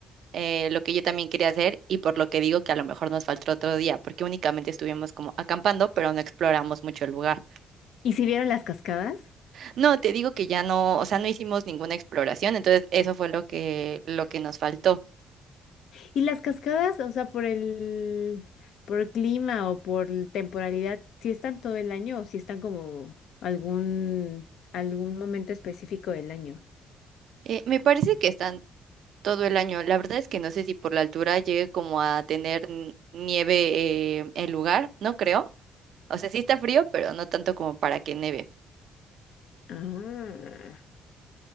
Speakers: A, on the right; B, on the left.
A: eh, lo que yo también quería hacer y por lo que digo que a lo mejor nos faltó otro día porque únicamente estuvimos como acampando pero no exploramos mucho el lugar.
B: ¿Y si vieron las cascadas?
A: No, te digo que ya no, o sea, no hicimos ninguna exploración, entonces eso fue lo que, lo que nos faltó.
B: Y las cascadas, o sea, por el, por el clima o por el temporalidad, si están todo el año o si están como algún, algún momento específico del año.
A: Eh, me parece que están todo el año. La verdad es que no sé si por la altura llegue como a tener n- nieve eh, el lugar, no creo. O sea, sí está frío, pero no tanto como para que neve.
B: Ah,